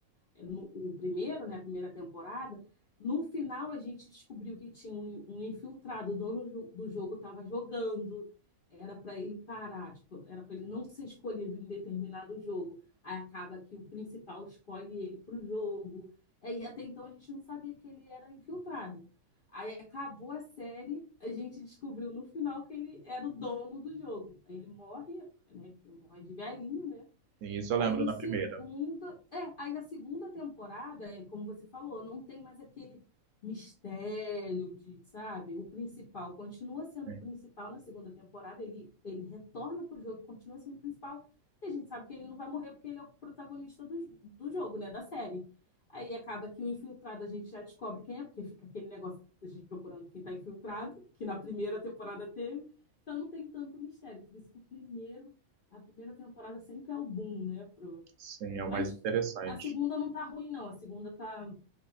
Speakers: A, on the left; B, on the right.
A: eh, no- o primeiro, né, a primeira temporada, no final a gente descobriu que tinha um, um infiltrado, o dono do jogo estava jogando, era para ele parar, tipo, era para ele não ser escolhido em determinado jogo Aí acaba que o principal escolhe ele para o jogo. É, E até então a gente não sabia que ele era infiltrado. Aí acabou a série, a gente descobriu no final que ele era o dono do jogo. ele morre, né? Ele morre de velhinho, né?
B: Sim, isso eu
A: Aí
B: lembro
A: no
B: na
A: segunda,
B: primeira.
A: é, aí na segunda temporada, é, como você falou, não tem mais aquele mistério de, sabe, o principal continua sendo
B: Sim,
A: o principal na segunda temporada, ele ele retorna pro jogo, continua sendo o principal, e a gente sabe que ele não vai morrer porque ele é o protagonista do, do jogo, né, da série. Aí acaba que o infiltrado a gente já descobre quem é, porque fica aquele negócio da gente procurando quem está infiltrado, que na primeira temporada teve. Então não tem tanto mistério, por isso que o primeiro a primeira temporada sempre é o boom, né? Pro...
B: sim, é o
A: Mas
B: mais interessante.
A: a segunda não tá ruim, não. A segunda tá,